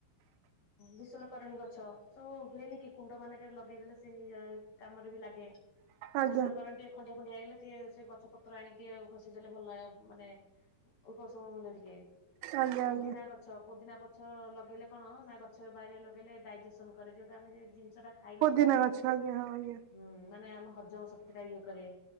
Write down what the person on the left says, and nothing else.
ବିଶଲ୍ୟକରଣୀ ଗଛ ସବୁ ହୁଏନି କି କୁଣ୍ଡ ମାନଙ୍କରେ ଲଗେଇଦେଲେ ସେ କାମରେ ବି ଲାଗେ।
ବିଶଲ୍ୟକରଣୀ ଟିକେ ଖଣ୍ଡିଆ ଫଣ୍ଡିଆ ହେଇଗଲେ ଟିକେ ସେ ଗଛ ପତ୍ର ଆଣିକି ଟିକେ ଘଷିଦେଲେ ଭଲ ମାନେ ଉପଶମ ମିଳେ ଟିକେ।
ପୋଦିନା
ଗଛ ପୋଦିନା ପଛ ଲଗ ଗେଇଲେ କଣ ନା ଗଛ ବାଇରେ ଲଗେଇଲେ ଡାଇଜେସନ କରେ ଯୋଉଟା ଆମେ ଜେ ଜି ନିଷଟା ଖାଇ ନଥିବା
ହୁଁ ମାନେ ଆମ ହଜମ ଶକ୍ତି ଟା ଇଏ କରେ।